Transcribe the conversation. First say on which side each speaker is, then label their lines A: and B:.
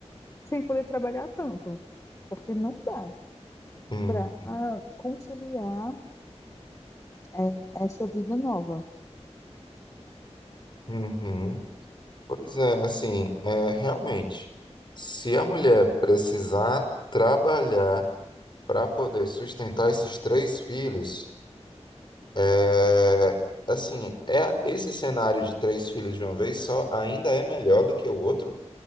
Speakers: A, on the left; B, on the left.
A: sem poder trabalhar tanto, porque não dá.
B: "Hum,
A: para conciliar é, essa vida nova.
B: uhum." Pois é, assim, é, realmente, se a mulher precisar trabalhar para poder sustentar esses três filhos, É, assim, é esse cenário de três filhos de uma vez só ainda é melhor do que o outro,